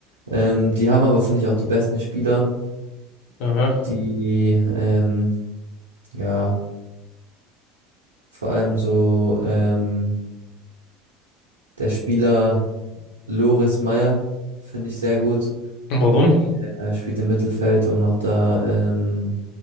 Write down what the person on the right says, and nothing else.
Ähm, die haben aber, finde ich, auch die besten Spieler,
die, ähm, ja, vor allem so, ähm, der Spieler Loris Meyer, finde ich sehr gut.
Er spielt im Mittelfeld und macht da ähm,